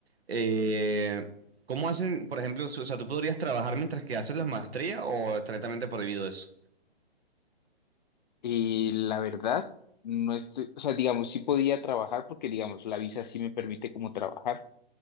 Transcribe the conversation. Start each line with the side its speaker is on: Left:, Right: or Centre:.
Right: eh, ¿cómo hacen, por ejemplo, o sea, tú podrías trabajar mientras que haces la maestría o es estrictamente prohibido eso?
Left: Y la verdad, no estoy, o sea, digamos, sí podía trabajar porque, digamos, la visa sí me permite como trabajar,